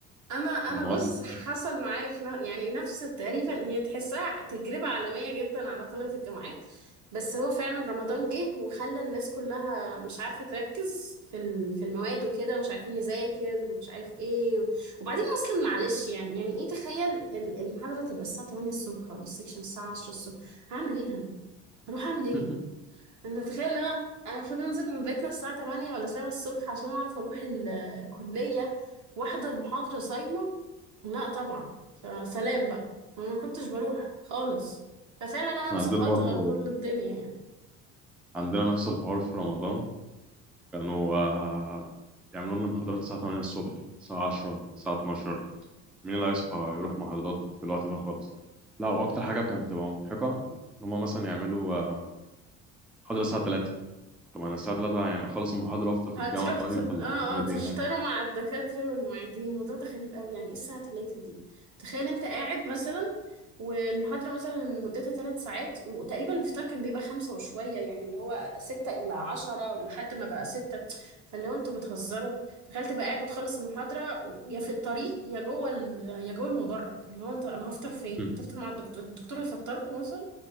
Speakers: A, on the right; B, in the centre.
A: انا انا
B: المواد
A: بص
B: متقبلة؟
A: حصل معايا في ن- يعني نفس تقريبا هي تحسها تجربة عالمية جدا على طلبة الجامعات بس هو فعلا رمضان جه وخلى الناس كلها مش عارفة تركز في ال- في المواد وكده ومش عارفين نذاكر ومش عارف ايه وبعدين اصلا معلش يعني يعني ايه تخيل ال- المحاضرة تبقى الساعة 8 الصبح ولا السكشن الساعة 10 الصبح هعمل ايه انا هروح اعمل ايه
B: <laughs>
A: انت تتخيل ان انا انا المفروض انزل من بيتنا الساعة 8 ولا 7 الصبح عشان اعرف اروح ال- الكلية واحضر محاضرة صايمة لا طبعا فسلام بقى ما ما كنتش بروح خالص ففعلا انا
B: إحنا
A: مسقطة
B: عندنا برضه
A: كل الدنيا يعني
B: عندنا نفس الحوار في رمضان كانوا آه، يعملوا لنا محاضرات الساعة 8 الصبح الساعة 10 الساعة 12 مين اللي هيصحى يروح محاضرات في الوقت ده خالص لا وأكتر حاجة كانت بتبقى مضحكة إن هما مثلا يعملوا آه، محاضرة الساعة 3 طب أنا الساعة 3 يعني أخلص المحاضرة وأفطر في
A: هتروح
B: الجامعة طيب
A: ت... اه
B: ولا هنعمل
A: اه تشتروا
B: إيه هناك؟
A: مع الدكاترة والمعيدين الموضوع ده غريب قوي يعني ايه الساعة تلاتة دي تخيل انت قاعد مثلا والمحاضرة مثلا مدتها ثلاث ساعات وتقريبا الفطار كان بيبقى خمسة وشوية يعني اللي هو ستة إلا عشرة لحد ما بقى ستة فاللي هو انتوا بتهزروا تخيل تبقى قاعد وتخلص المحاضرة و- يا في الطريق يا جوه ال... يا جوه المدرج اللي هو انت انا هفطر فين؟
B: <laughs>
A: تفطر مع الدكتور الدكتور هيفطركم مثلا؟